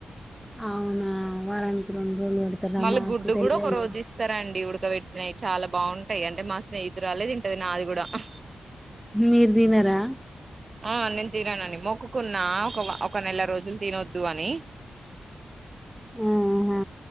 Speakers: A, in the centre; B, on the right.
A: అవునా వారానికి రెండు రోజులు పెడతారా
B: మళ్ళీ
A: మాకు
B: గుడ్డు
A: తెలియదు
B: కూడా ఒక రోజు ఇస్తారంండి ఇవిడు పెట్టినాయి చాలా బాగు అంటే మా స్నేహితురాలే తింటది నాది కూడా ఆ
A: మీరు తినరా
B: ఆ నేను తిననండీ మొక్కుకున్నా ఒక ఒక నెల రోజులు తినొద్దు అని
A: ఆహా